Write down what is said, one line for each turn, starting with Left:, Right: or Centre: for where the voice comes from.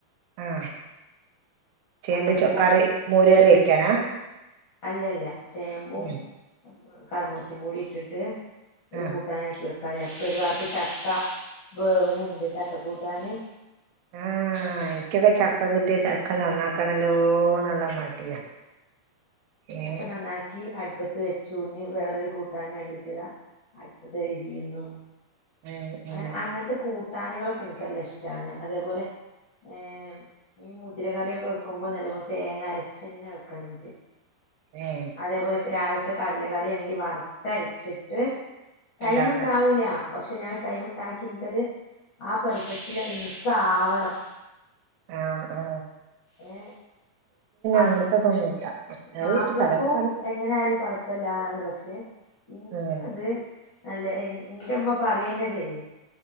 Right: ആ ചേമ്പ്
Left: അങ്ങനത്തെ
Right: ചൊ കറി മോര് കറി വെക്കാനാ
Left: അല്ലല്ല ചേമ്പും
Right: ഉം
Left: കറ്മൂസയും കൂടി ഇട്ടിട്ട് ഒരു
Right: ആഹ്
Left: കൂട്ടാനാക്കി വെക്കാനാ ഒരു ഭാഗത്ത് ചക്ക വേവുനുണ്ട് ചക്ക കൂട്ട് ട്ടാന്
Right: ആ എനിക്കൊക്കെ ചക്ക കിട്ടിയ ചക്ക നന്നാക്കണല്ലോന്നുള്ള മടിയാ ഏഹ്
Left: അക്കെ നന്നാക്കി അടുപ്പത്ത് വെച് ചൂഞ്ഞ് വേറൊരു കൂട്ടാൻ വേണ്ടിട്ടിതാ അടുത്തത് രിയുന്നു.
Right: ഉം
Left: അങ്ങനെ
Right: ഉം
Left: അങ്ങനത്തെ കൂട്ടാനകളൊക്കെ എനക്കെല്ലാം ഇഷ്ടമാണ് അതേപോലെ ഏർ ഈ മുതിര കറിയൊക്കെ വെക്കുമ്പോ നല്ലോ തേങ്ങ അരച്ച്ന്നെ വെക്കണം എനിക്ക്.
Right: ഏഹ്
Left: അതേപോലെക്കെ രാവിലത്തെ. കടലക്കറിയാണെങ്കി വറുത്ത് അരച്ചിട്ട് ടൈമ്
Right: ഇണ്ടാക്കണം
Left: ഉണ്ടാവൂല പക്ഷെ ഞാൻ ടൈമ് ഉണ്ടാക്കി എനിക്കത് ആ പെർപ്പസില് എനിക്ക് ആവണം.
Right: ആ ആ
Left: ഏ അ
Right: അങ്ങനത്തെതൊന്നുല്ല
Left: മാപ്പിളക്കും
Right: അത് പലരും പല
Left: എങ്ങനെ ആയാലും കൊഴപ്പില്ലാന്നാണ് പക്ഷെ ഇനി
Right: ഉം
Left: ക്കത് അല്ല എൻ ന്റെമ്മ പറയന്നെ ചെയ്യും